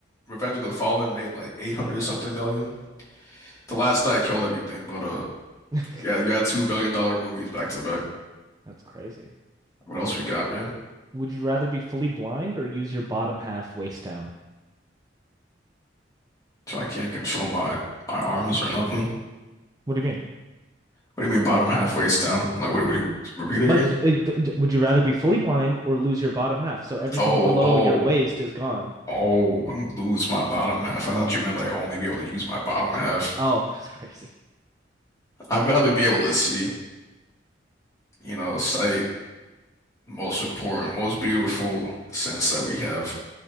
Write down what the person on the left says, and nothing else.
Revenge of the Fallen made like 800 something million. The Last Night killed everything, but uh
yeah, you had two billion dollar movies back to back.
What else we got, man?
So I can't control my my arms or nothing.
What do you mean bottom halfway's down? Like what, what do you repeat it
again?
Oh,
oh.
Oh, and lose my bottom half. I thought you meant like only be able to use my bottom half.
I'd rather be able to see, you know, sight, most important, most beautiful sense that we have.